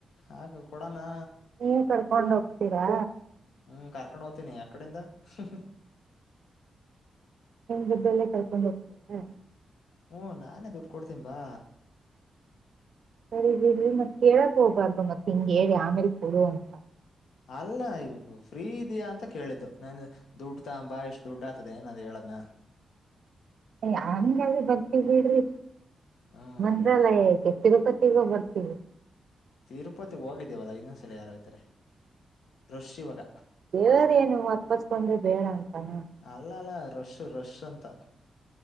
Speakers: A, on the left; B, on the right.
A: ಆ ಕೊಡನಾ
B: ನೀವ ಕರ್ಕೊಂಡ ಹೋಗ್ತೀರಾ
A: ಹ್ಮ್ ಕಾರ್ಕೊಂಡು ಹೋಗ್ತೇನಿ ಅಡಿಂದ ಹೂಂ ಹು
B: ಬದಲ್ಲೇ ಕಳ್ಕೊಂಡ್ ಹೋಗ್ತರ
A: ಹ್ಮ ನಾನೇ ದುಡ್ಡು ಕೊಡ್ತನ್ ಬಾ
B: ಸರಿಲ್ಲಿ ಮತ್ ಕೇಳಕ್ ಹೋಗಬಾರ್ದು ಮತ್ತತ್ ಹಿಂಗ್ ಹೇಳಿ ಆಮೇಲೆ ಕೊಡ ಅಂತ
A: ಅಲ್ಲ ಇವ ಫ್ರೀ ಇದಯಾ ಅಂತ ಕೇಳಿದ್ದು ನನ್ ದುಡ್ ತಂಬಾ ಇಷ್ಟು ದುಡ್ಡ ಆತದೆ ಏನದ ಹೇಳದ್ನ
B: ಯಂಗಂಗ ಬರ್ತ ಬಿಡ್ರಿ
A: ಹ್ಮ್
B: ಮಂತ್ರಾಲಯ ಕೆತ್ತಗ ಪ ಸಿಗ ಬಾರ್ಥಿವಿ
A: ತಿರುಪತಿ ಹೋಗಿದ್ದೀವಲ್ಲಾ ಇನ್ನೊಂದ್ಸಲ ಯಾರ ಆ್ತಾರೆ ರಶ್ ಈವಾಗ
B: ದೇವ್ರ ಏನು ಅಕ್ಕಸ್ಕಂದ್ರೆ ಬೇಡ ಅಂತಾನ
A: ಅಲ್ಲ ಅಲ್ಲ ರಶ್ ರಶ್ ಅಂತ